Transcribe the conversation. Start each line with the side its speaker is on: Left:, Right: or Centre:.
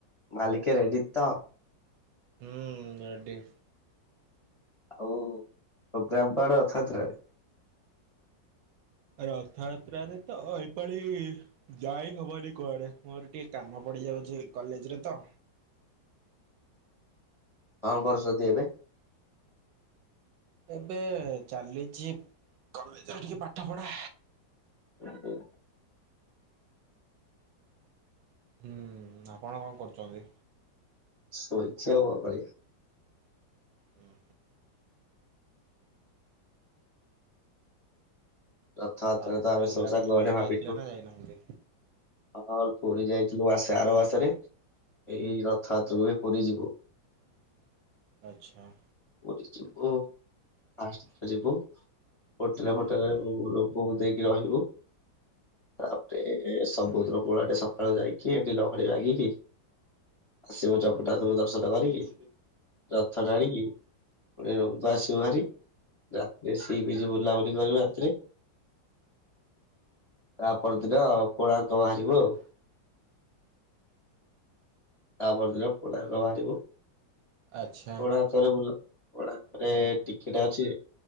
Left: ମାଲିକେ ରେଡି ତ।
Right: ହୁଁ ରେଡି।
Left: ଆଉ ପ୍ରୋଗ୍ରାମ କୁଆଡେ ରଥଯାତ୍ରା ରେ?
Right: ରଥଯାତ୍ରା ରେ ତ ଏଇପାଳି ଯାଇ ହେବନି କୁଆଡ଼େ। ମୋର ଟିକେ କାମ ପଡ଼ିଯାଉଛି, କଲେଜରେ ତ।
Left: କଣ କରୁଛନ୍ତିଛନ୍ତିି, ଏବେ?
Right: ଏବେ ଚାଲିଛି। କଲେଜରେ ଟିକେ ପାଠ ପଢା।
Left: ହ ହ।
Right: ହୁଁ, ଆପଣ କଣ କରୁଛନ୍ତି?
Left: ଶୋଇଛି ଆଉ କରିବି?
Right: ହୁଁ।
Left: ରଥ ଯାତ୍ରା
Right: ଆଉ
Left: ରେ
Right: କୁଆଡ଼େ
Left: ତ ଆମେ
Right: ବୁଲାବୁଲି
Left: ସବୁ ସାଙ୍ଗ
Right: ପାଇଁ
Left: ମାନେ
Right: ଯାଇଥିଲେ
Left: ଭାବିଛୁ।
Right: ନା ଯାଇନାହାନ୍ତି?
Left: ହଁ ପୁରୀ ଯାଇଥିଲୁ ମାସେରେ, ଆର ମାସରେ ଏଇ ରଥଯାତ୍ରକୁ ବି ପୁରୀ ଯିବୁ।
Right: ଆଚ୍ଛା।
Left: ପୁରୀ ଯିବୁ ଫାଷ୍ଟ ଯିବୁ। ହୋଟେଲ
Right: ହୁଁ
Left: ଫୋଟେଲ ରେ ଲୋକକୁ ଦେଇକି ରହିବୁ। ତାପରେ ସମୁଦ୍ର କୂଳାଟେ ସକାଳୁ ଯାଇକି ଏଠି ଲହଡି ଭାଙ୍ଗିକି। ଆସିବୁ ଜଗନ୍ନାଥଙ୍କୁ ଦର୍ଶନ କରିକି। ରଥ ଟାଣିକି ପୁଣି ରୁମ୍ କୁ ଆସିବ ହାରି। ରାତିରେ ସି ବି ଜି ବୁଲାବୁଲି କରିବୁ ରାତିରେ। ତା ପରଦିନ କୋଣାର୍କ ବାହାରିବୁ, ଆଉ। ତାପର ଦିନ କୋଣାର୍କ ବାହାରିବୁ।
Right: ଆଚ୍ଛା
Left: କୋଣାର୍କରେ ବୁଲୁ କୋଣାର୍କରେ
Right: ହୁଁ
Left: ଟି ଟିକେଟ ଅଛି,